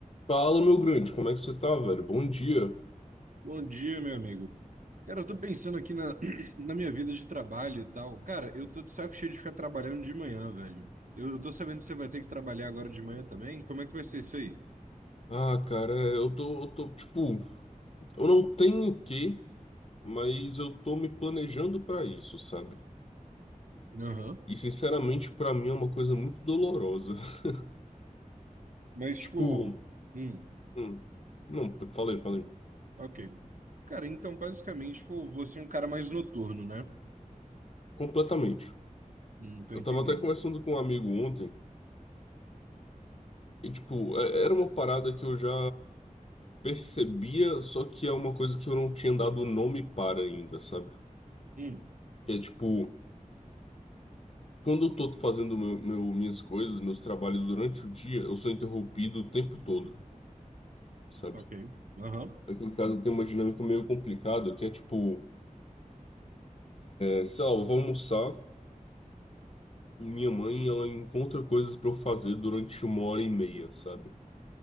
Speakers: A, on the left; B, on the right.
A: Fala, meu grande, como é que você tá, velho? Bom dia.
B: Bom dia, meu amigo. Cara, eu tô pensando aqui na, <clears throat> na minha vida de trabalho e tal. Cara, eu tô de saco cheio de ficar trabalhando de manhã, velho. Eu, tô sabendo que você vai ter que trabalhar agora de manhã também. Como é que vai ser isso aí?
A: Ah, cara, é, eu tô, eu tô, tipo, eu não tenho o quê, mas eu tô me planejando pra isso, sabe?
B: Aham.
A: E, sinceramente, pra mim é uma coisa muito dolorosa. <laughs>
B: Mas, tipo,
A: Tipo,
B: hum,
A: hum, não, falei, falei,
B: ok. Cara, então, basicamente, tipo, você é um cara mais noturno, né?
A: completamente.
B: Hum, tô
A: Eu
B: entendendo.
A: tava até conversando com um amigo ontem, e, tipo, é- era uma parada que eu já percebia, só que é uma coisa que eu não tinha dado nome para ainda, sabe?
B: Hum,
A: Que é, tipo. Quando eu tô fazendo meu, meu- minhas coisas, meus trabalhos durante o dia, eu sou interrompido o tempo todo, sabe?
B: ok. Aham,
A: Aqui em casa tem uma dinâmica meio complicada, que é tipo, é, sei lá, eu vou almoçar, minha mãe, ela encontra coisas pra eu fazer durante uma hora e meia, sabe?